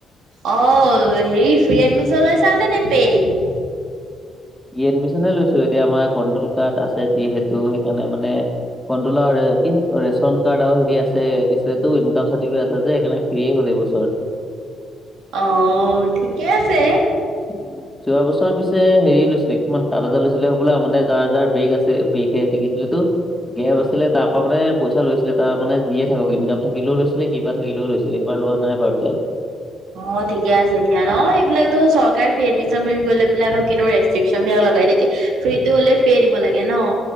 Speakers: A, on the right; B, in the centre.
A: অ', হেৰি ফ্ৰী এডমিছ লৈচানে নে পেইড?
B: ফ্ৰি এডমিচনে লৈছো এতিয়া আমাৰ কণ্টোল কাৰ্ড আছে যিহেতু সেইকাৰণে মানে কন্টোল আৰু কি ৰেচন কাৰ্ড আৰু হেৰি আছে কি আছিলে এইটো ইনকাম চাৰ্টিফিকেট আছে যে সেইকাৰণে ফ্ৰিয়ে হ'ল এইবছৰ।
A: অ', ঠিকে আছে।
B: উম যোৱা বছৰ পিছে হেৰি লৈছিলে কিমান সাত হাজাৰ লৈছিলে হ'বলা মানে যাৰ যাৰ বেক আছে। এই বেক হে আহিছে, কি আছিলে এইটো, গেপ আছিল। ছিলে তাৰ পৰা মানে পইচা লৈছিলে তাৰ মানে যিয়ে থাকক ইনকাম থাকিলেও লৈছিলে কিবা থাকিলেও লৈছিলে এইবাৰ লোৱা নাই বাৰু তে। <inaudible>
A: অ ঠিকে আছে দিয়া ন, এইবিলাকনো চৰকাৰী ফ্ৰী এডমিশন বুলি কৈ পেলাই আকৌ কিনো ৰেষ্ট চিপচামিয়া লগাই এনেকে ফ্ৰীটো হ'লে ফ্ৰিয়ে দিব লাগে ন।